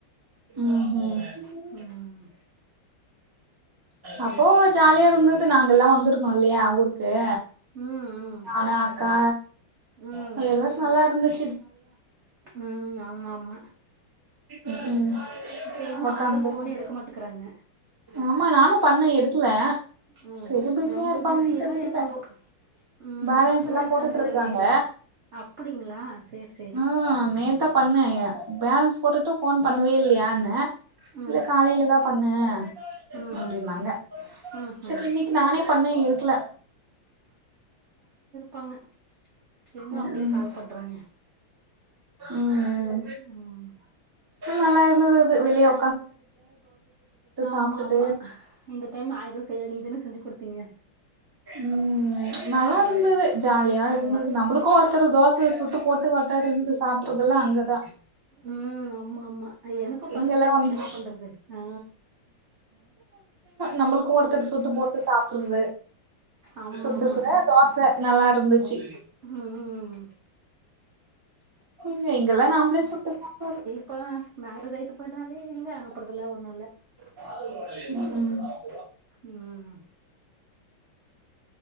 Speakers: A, on the right; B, on the right.
A: ம் ஹு ம்
B: ம்
A: அப்போ ஜாலியா இருந்தது நாங்கெல்லா வந்துருந்தோ இல்லையா ஊருக்கு கே
B: ம் ம்
A: நானு அக்கா
B: ம்
A: அது எல்லா நல்லா இருந்தது
B: ம் ஆ ஆமா ஆமா
A: ம் ம்
B: இப்ப எங்க
A: உக்காந்துட்டு
B: அவுங்கதா போனே எடுக்க மாட்டுக்குறாங்க
A: ஆமா நானு பண்ணே எடுக்கல
B: ம்
A: சேரி பிஸியா
B: ரொம்ப
A: இருப்பாங்கன்ட்டு
B: பிஸியா
A: விட்டுட்டே
B: என்னவோ ம்
A: பேலன்ஸ்
B: பசங்க
A: எல்லா
B: இருக்காங்கல்ல
A: போட்டுட்டு இருக்காங்க
B: வீட்ல அப்டிங்களா சேரி சேரி
A: ஆ நேத்தா பண்ணே பேலன்ஸ் போட்டுட்டு போன் பண்ணவே இல்லியானே
B: ம்
A: இல்ல காலைல தா பண்ணே
B: ம்
A: அப்படினாங்க
B: ம்
A: சேரி
B: ம்
A: இன்னைக்கு நானே பண்ண எடுக் கில
B: பண்ணு திரும்ப
A: ம்
B: அவுங்களே
A: ம்
B: கால் பண்றாங்க
A: ம்
B: ம்
A: நல்லா இருந்தது அது விளையோ
B: ஆமா
A: சாப்ட்டுட்டு
B: ஆமா இந்த டைம் நா எதுவு செய்யல நீதான செஞ்சு குடுத் த்தீங்க
A: ம் ப்ச் நல்லா
B: ம்
A: இருந்தது ஜாலியா
B: ஆமா
A: இருந்தது நம்பளுக்கு ஒருத்தரு தோச து சுட்டு போட்டு ஒக்காரு இருந்து சாப்ட்டு டுருதெல்லா அங்கதா
B: ம் ஆமா ஆமா எனக்கு ஃபஸ்ட்
A: இங்கெல்லா
B: டைம்
A: வந்து
B: என்னா பண்றது ஆ
A: நம்புளுக்கு ஒருத்தர் சுட்டு போட்டு சாப்புறது
B: ஆமா
A: சுட்டு
B: ஆமா
A: சுட தோச நல்லா இருந்துச்சி
B: ம்
A: எங்க இங்கெல்லா நாம்பளே சுட்டு சாப்டனு
B: இப்போ மேரேஜ் ஆயிட்டு போனாலே எங்க அனுப்புறதுல்ல ஒண்ணு இல்ல
A: ம் ம்
B: ம்